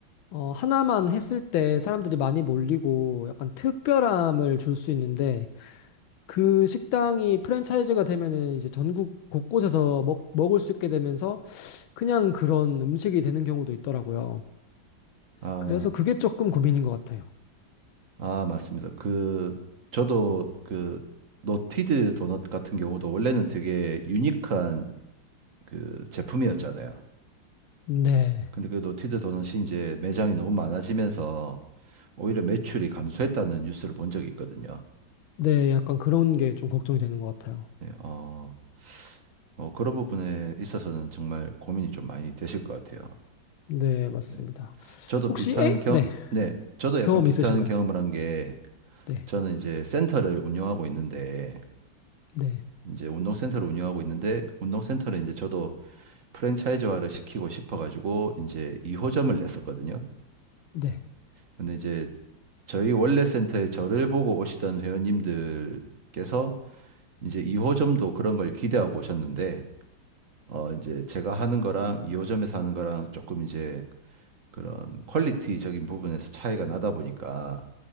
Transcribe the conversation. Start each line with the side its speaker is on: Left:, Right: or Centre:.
Left: 어, 하나만 했을 때 사람들이 많이 몰리고 약간 특별함을 줄 수 있는데 그 식당이 프랜차이즈가 되면은 이제 전국 곳곳에서 먹, 먹을 수 있게 되면서 그냥 그런 음식이 되는 경우도 있더라고요.
Right: 아,
Left: 그래서 그게 조금 고민인 것 같아요.
Right: 아, 맞습니다. 그 저도 그 노티드 도넛 같은 경우도 원래는 되게 유니크한 그 제품이었잖아요.
Left: 네.
Right: 근데 그 노티드 도넛이 이제 매장이 너무 많아지면서 오히려 매출이 감소했다는 뉴스를 본 적이 있거든요.
Left: 네, 약간 그런 게 좀 걱정이 되는 것 같아요.
Right: 네, 어, 뭐 그런 부분에 있어서는 정말 고민이 좀 많이 되실 것 같아요.
Left: 네, 맞습니다.
Right: 네. 저도
Left: 혹시,
Right: 비슷한
Left: 에?
Right: 경,
Left: 네.
Right: 네, 저도 약간
Left: 경험
Right: 비슷한
Left: 있으신가요?
Right: 경험을 한 게,
Left: 네.
Right: 저는 이제 센터를 운영하고 있는데,
Left: 네.
Right: 이제 운동센터를 운영하고 있는데, 운동센터를 이제 저도 프랜차이즈화를 시키고 싶어가지고, 이제 2호점을 냈었거든요.
Left: 네.
Right: 근데 이제 저희 원래 센터에 저를 보고 오시던 회원님들께서 이제 2호점도 그런 걸 기대하고 오셨는데, 어, 이제 제가 하는 거랑 2호점에서 하는 거랑 조금 이제 그런 퀄리티적인 부분에서 차이가 나다 보니까